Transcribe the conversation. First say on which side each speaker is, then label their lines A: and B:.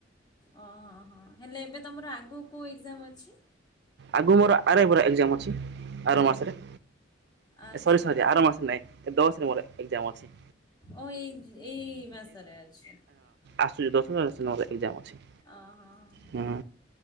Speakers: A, on the left; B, on the right.
A: ଓ ହଁ ହଁ ହେଲେ ଏବେ ତମର ଆଗକୁ କୋ ଏକ୍ଜାମ ଅଛି?
B: ଆଗକୁ ମୋର ଆର ଏ ପ ର ଏକ୍ସାମ ଅଛି ଆର ମାସରେ।
A: ଆଚ୍ଛା
B: ସରି ସରି ଆର ମାସରେ ନାଇଁ ଦଶରେ ମୋର ଏକଜାମ ଅଛି।
A: ଓ ଏଇ ଏଇ ମାସରେ ଅଛି।
B: ଆସୁ ଦଶର ମୋର ଏକ୍ଜାମ ଅଛି।
A: ହଁ ହଁ ହ
B: ହୁଁ